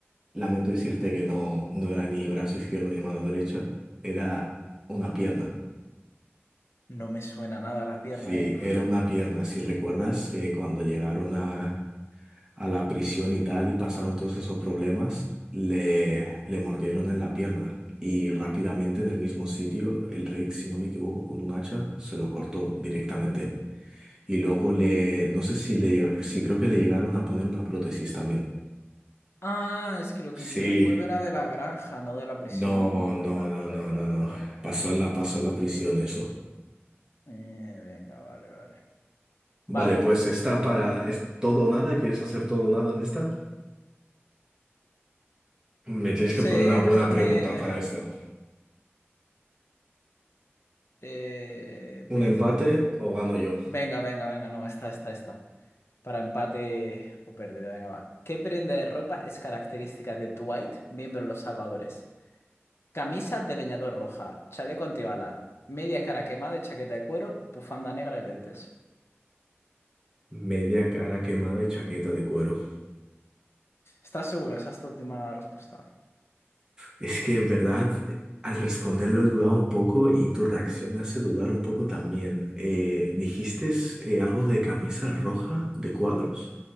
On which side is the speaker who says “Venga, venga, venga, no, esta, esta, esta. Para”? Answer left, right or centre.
Left